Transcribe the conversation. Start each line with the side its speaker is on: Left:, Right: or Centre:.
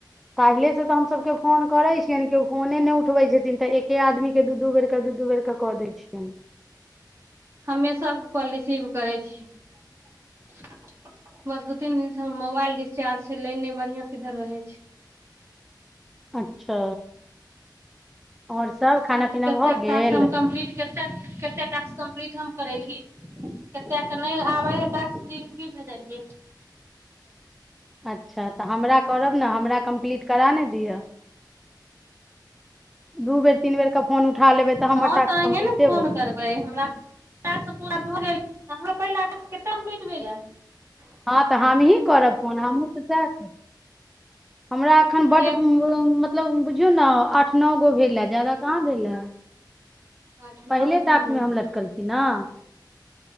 Centre: काहिले से तऽ हमसभकेँ फोन करै छियनि केओ फोने नहि उठबै छथिन तऽ एके आदमीकेँ दू दू बेरकेँ दू दू बेरकेँ कऽ दैत छियनि
Right: हमे सभकेँ कॉल रिसीव करैत छीयैक बस दू तीन दिनसँ हमर मोबाइल डिस्चार्ज छैक नहि बढ़िआँसँ इधर रहय छैक
Centre: अच्छा आओर सभ खाना
Right: ने ते
Centre: पीना
Right: कतेक
Centre: भऽ गेल
Right: टास्क हम कम्पलीट करिते टास्क कम्पलीट हम करलिय कतेक क नहि आबय हइ टास्क लिंक भी भेजलियै
Centre: अच्छा तऽ हमरा करब ने हमरा कम्प्लीट करा ने दिअ दू बेर तीन बेरके फोन उठा लेबै तऽ हमर
Right: हँ
Centre: टास्क
Right: तऽ अहीँ
Centre: कम्प्लीटे
Right: ने फोन
Centre: भऽ जेतै
Right: करबै हमरा <unintelligible> भऽ हाँ पहिल आ केनाम पीट भेल <unintelligible>
Centre: हँ तऽ हमहीँ करब फोन हमहूँ तऽ सहय कहय हमरा एखन बड्ड
Right: के
Centre: मतलब बुझियौ ने आठ नओ गो भेल हँ ज्यादा कहाँ भेल हँ
Right: आठ
Centre: पहिले
Right: नौ गो भेल
Centre: टास्कमे
Right: या
Centre: हम लटकल छि न